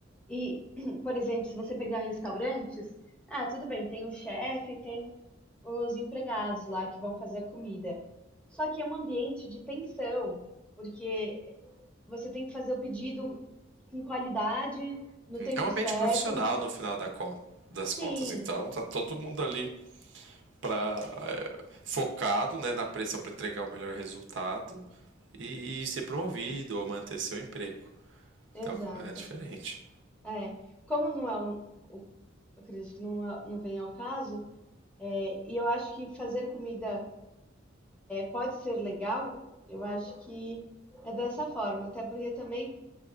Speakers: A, in the centre; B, on the right.
A: E, <clears throat> por exemplo, se você pegar restaurantes, ah, tudo bem, tem o chefe, tem os empregados lá que vão fazer a comida. Só que é um ambiente de tensão, porque você tem que fazer o pedido com qualidade, no tempo
B: É um ambiente
A: certo,
B: profissional
A: não pode.
B: no final da con- das contas,
A: Sim,
B: então tá todo mundo ali pra, é, focado né, na pressão para entregar o melhor resultado e, e ser promovido ou manter seu emprego.
A: exato.
B: Então é diferente.
A: É, como não é um, o- eu acredito que não, é- não vem ao caso, é, e eu acho que fazer comida pode ser legal, eu acho que é dessa forma. Até porque também,